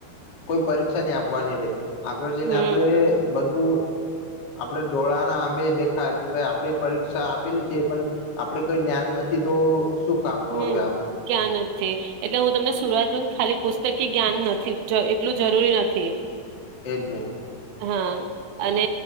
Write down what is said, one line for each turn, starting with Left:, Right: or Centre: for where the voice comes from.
Left: કોઈ પરીક્ષા નહી આપવાની રે. આગળ જઈને
Right: હમ
Left: આપણે બધું આપડે ડોળા ના આંબે દેખાય કે ભાઈ આપડે પરીક્ષ આપેલી છે પણ આપડે કોઈ જ્ઞાન નથી તો શું કામ ન
Right: હમ્મ,
Left: હવે આ
Right: ક્યા નથી. એટલે હું તમને શરઆતમાં ખાલી પુસ્તક જ્ઞાન નથી એટલું જરૂરી નથી.
Left: એજ ને.
Right: હા અને